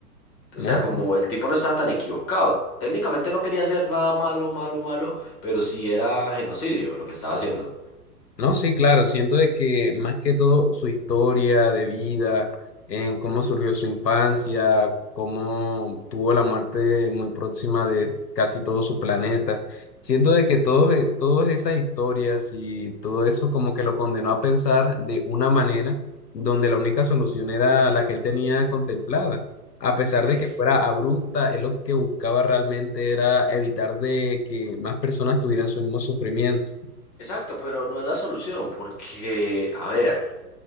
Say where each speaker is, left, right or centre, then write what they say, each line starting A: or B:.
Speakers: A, on the left; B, on the left.
A: O
B: ¿no?
A: sea, como el tipo no estaba tan equivocado. Técnicamente no quería hacer nada malo, malo, malo, pero sí era genocidio lo que estaba haciendo.
B: No, sí, claro, siento de que más que todo su historia de vida, en cómo surgió su infancia, cómo tuvo la muerte muy próxima de casi todo su planeta, siento de que todos, e- todas esas historias y todo eso como que lo condenó a pensar de una manera donde la única solución era la que él tenía contemplada. A pesar
A: Pues,
B: de que fuera abrupta, él lo que buscaba realmente era evitar de que más personas tuvieran su mismo sufrimiento.
A: exacto, pero no es la solución, porque, a ver,